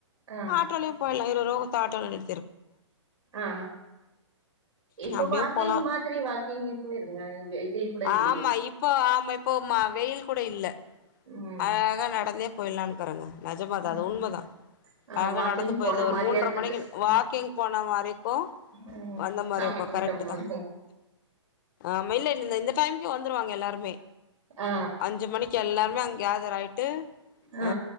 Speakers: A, on the right; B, on the left.
A: ஆ
B: ஆட்டோலியு போயிலா இருவருவா குத்தா ஆட்டோலே
A: ஆ இப்போ
B: அப்டியு
A: வாக்கிங்
B: போலா
A: மாதிரி வாக்கிங்கே போயிருங்க <unintelligible> இல்லையே
B: ஆமா இப்போ ஆமா இப்போ ம் வெயில் கூட இல்ல
A: ம்
B: அழகா நடந்தே போயலான்கறாங்க நெஜமாதா அது
A: ம்
B: உண்மதா
A: ஆ
B: அழகா
A: வாக்கிங்
B: நடந்து போயிர்து
A: போன
B: ஒரு
A: மாரியா
B: மூன்ற
A: இருக்குது
B: மணிக்கு
A: ஆ
B: வாக்கிங் போன மாரிக்கு
A: ஆ
B: வந்த மாரியுக்கு
A: சாமி கும்ட்ட
B: கரெக்ட்டு
A: மாரி
B: தா ஆமா இல்ல இ இந்த டைமுக்கே வந்துருவாங்க எல்லாருமே
A: ஆ
B: அஞ்சு மணிக் கி எல்லாருமே அங்க கேதர் ஆயிட்டு
A: ஆ
B: அ